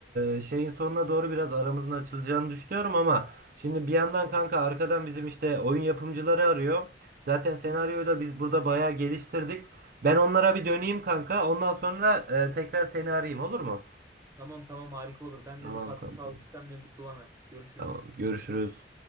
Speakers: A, on the right; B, on the right.
A: e, şeyin sonuna doğru biraz aramızın açılacağını düşünüyorum ama şimdi bir yandan kanka arkadan bizim işte oyun yapımcıları arıyor. Zaten senaryoyu
B: Hı hı.
A: da biz burada bayağı geliştirdik. Ben onlara bir döneyim kanka. Ondan sonra e, tekrar seni arayayım olur mu?
B: Tamam tamam harika olur. Ben
A: Tamam
B: de bir katkı
A: kanka.
B: sağladıysam ne mutlu bana. Görüşürüz.
A: Tamam. Görüşürüz.